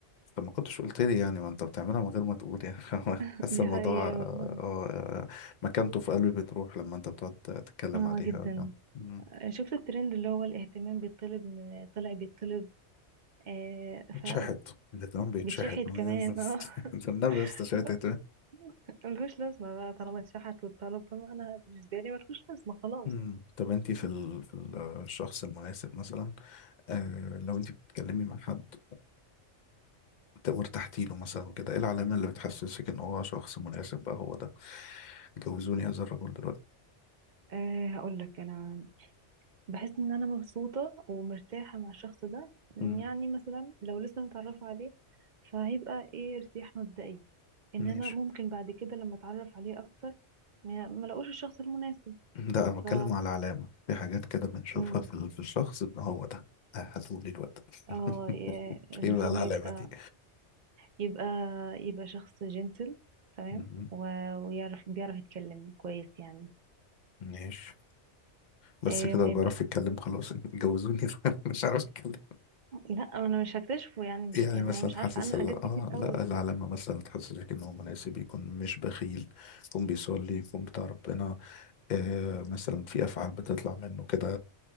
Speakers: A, on the left; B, on the right.
A: فما كنتش قلت لي يعني ما انت بتعملها من غير ما تقول يعني <laughs>
B: <laughs>
A: حاسس
B: دي
A: الموضوع
B: حقيقة
A: اه
B: والله
A: آه، مكانته في قلبي بتروح لما انت بتقعد تتكلم
B: اه
A: عليها
B: جدا
A: يعني. مم.
B: شفت الترند اللي هو الاهتمام بيطلب طلع بيطلب آه
A: بيتشحت
B: ف
A: الاتنين بيتشحت
B: بيتشحت
A: <laughs>
B: كمان اه
A: النبي يا اسطى شحتت
B: <laughs> لا ملهوش لازمة بقى طالما اتشحت والطلب فما أنا بالنسبة لي ملهوش لازمة خلاص
A: مم. طب انت في ال... في ال- الشخص المناسب مثلا آه لو انت بتتكلمي مع حد وارتحتي له مثلا وكده ايه العلامة اللي بتحسسك ان هو شخص مناسب بقى هو ده جوزوني هذا الرجل دلوقتي
B: آه هقول لك أنا بحس ان انا مبسوطة ومرتاحة مع الشخص ده
A: مم.
B: يعني مثلا لو لسه متعرفة عليه فهيبقى ايه ارتياح مبدئي انما
A: ماشي
B: ممكن بعد كده لما اتعرف عليه اكتر ما ما لاقوش الشخص المناسب
A: ده انا بتكلم
B: ف
A: على علامة في حاجات كده بنشوفها
B: امم
A: في ال- في الشخص ان هو ده آه، هاتولي الواد
B: اه
A: ده
B: ي-
A: <laughs>
B: اللي
A: ايه بقى
B: هو
A: العلامة
B: يبقى
A: دي
B: يبقى يبقى شخص جنتل تمام
A: مم.
B: و- ويعرف بيعرف يتكلم كويس يعني
A: ماشي بس
B: إيه
A: كده
B: ما
A: بعرف
B: يبقى
A: اتكلم خلاص <laughs> جوزوني <laughs> مش عارف اتكلم
B: لا انا مش هكتشفه يعني مش
A: يعني
B: يعني
A: مثلا
B: انا مش
A: حاسس
B: عارفة عنه
A: ال-
B: حاجات كتير
A: اه لا
B: قوي
A: العلامة مثلا تحسسك ان هو مناسب يكون مش بخيل يكون بيصلي يكون بتاع ربنا آه، مثلا في افعال بتطلع منه كده